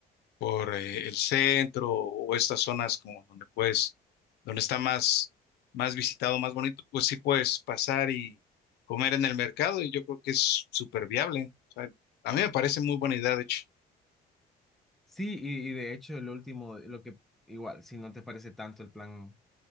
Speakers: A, on the left; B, in the centre.
A: por eh, el centro o estas zonas como donde puedes, donde está más, más visitado, más bonito, pues sí puedes pasar y comer en el mercado y yo creo que es súper viable. O sea, a mí me parece muy buena idea, de hecho.
B: Sí, y, y de hecho el último, lo que igual, si no te parece tanto el plan